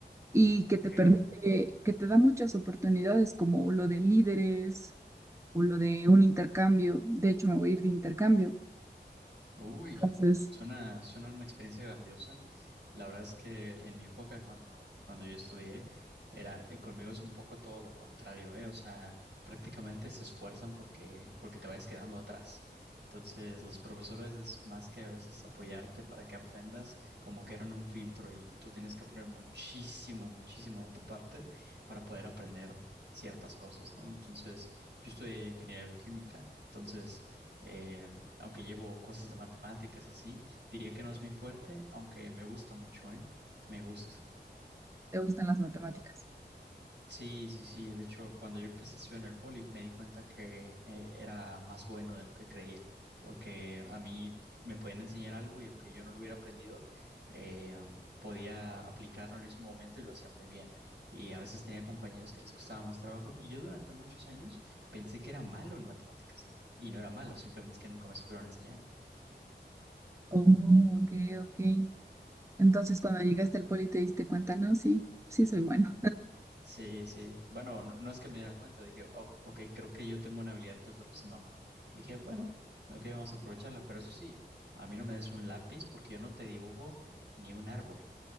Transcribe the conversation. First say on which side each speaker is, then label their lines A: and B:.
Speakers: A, on the right; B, on the right.
A: y
B: Ok.
A: que te permite, que te da muchas oportunidades como lo de líderes o lo de un intercambio. De hecho, me voy a ir de intercambio.
B: Uy,
A: Entonces,
B: suena, suena una experiencia grandiosa. La verdad es que en mi época, cuando, cuando yo estudié, era, eh, conmigo es un poco todo lo contrario, ¿eh? O sea, prácticamente se esfuerzan porque, porque te vayas quedando atrás. Entonces, los profesores es más que a veces apoyarte para que aprendas, como que eran un filtro y, y tú tienes que poner muchísimo, muchísimo de tu parte para poder aprender ciertas cosas, ¿no? Entonces, yo estudié ingeniería bioquímica, entonces... Eh, aunque llevo cosas de matemáticas y así, diría que no es mi fuerte, aunque me gusta mucho, ¿eh? Me gusta.
A: ¿te gustan las matemáticas?
B: Sí, sí, sí. De hecho, cuando yo empecé a estudiar en el poli, me di cuenta que eh, era más bueno de lo que creía, porque a mí me podían enseñar algo y aunque yo no lo hubiera aprendido, eh, podía aplicarlo en el mismo momento y lo hacía muy bien. Y a veces tenía compañeros que les costaba más trabajo y yo durante muchos años pensé que era malo en matemáticas y no era malo, simplemente es que nunca me supieron enseñar.
A: Oh, ok, ok. Entonces, cuando llegaste al poli te diste cuenta, no, sí, sí soy bueno.
B: Sí, sí. Bueno, no, no es que me diera cuenta. Dije, oh, ok, creo que yo tengo una habilidad que otros no. Dije, bueno, ok, vamos a aprovecharla. Pero eso sí, a mí no me des un lápiz porque yo no te dibujo ni un árbol.